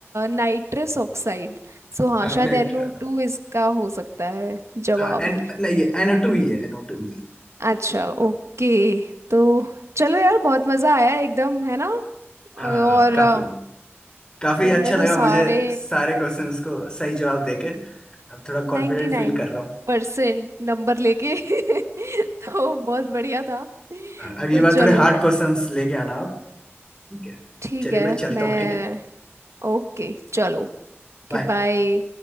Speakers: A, on the right (about 85°); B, on the left (about 20°).
A: नाइट्रस ऑक्साइड सो हाँ शायद
B: नाइट्रा
A: एनओ टू इसका हो सकता है जवाब
B: हाँ एन नहीं एनओ टू ही है एनओ टू ही है।
A: अच्छा ओके तो चलो यार बहुत मज़ा आया एकदम है ना
B: हाँ
A: और
B: हाँ काफी
A: अ,
B: काफी
A: तुमने
B: अच्छा
A: तो
B: लगा
A: सारे
B: मुझे सारे क्वेश्चंस को सही जवाब देके अब थोड़ा
A: नाइन्टी
B: कॉन्फिडेंट
A: नाइन
B: फील कर रहा हूँ
A: परसेंट नंबर लेके <laughs> तो बहुत बढ़िया था
B: <laughs> अगली
A: तो
B: बार
A: चलो
B: थोड़े हार्ड क्वेश्चंस लेके आना ठीक है
A: ठीक
B: चलिए
A: है
B: मैं चलता
A: मैं
B: हूँ ठीक है
A: ओके चलो ओके
B: बाय
A: बाय